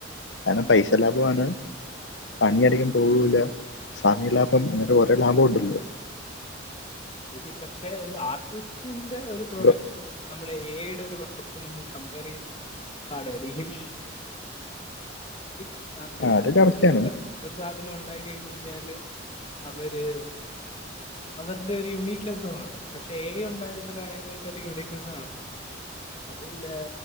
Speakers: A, on the left; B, on the left.
A: കാരണം
B: ഉം.
A: പൈസ ലാഭംമാണ് പണിയതികം പോവൂല്ല സമയ ലാഭം അങ്ങനെ ഓരോ ലാഭം ഉണ്ടല്ലോ.
B: ഇതില് പക്ഷെ ഒരു ആർട്ടിസ്റ്റിന്റെ ഒരു പ്രൊഡക്-
A: ബ്രോ
B: നമ്മള് എ ഇടെ വർക്ക്നമ്മക് കമ്പയർ ചെയ്യാൻ പാടായിരിക്കും. ആ ആർടിസ് ആർട്ടിസ്റ്റ്
A: ആ അത്
B: എൻന്തെങ്കിലും
A: കറക്റ്റാണ്
B: ഒരു രൂപ. ഒരു സാധനം ഉണ്ടായി കഴിഞ്ഞ് കഴിഞ്ഞാല് അവര് അവർ. ഇത് ഒരു യുണീക്നെസ്സ് കാണും പക്ഷെ എ ഉണ്ടാകുന്ന കാര്യങ്ങൾക്ക് ഒരു യൂണീക്നെസ്സ് കാണാത്തില്ല അതുല്ലേ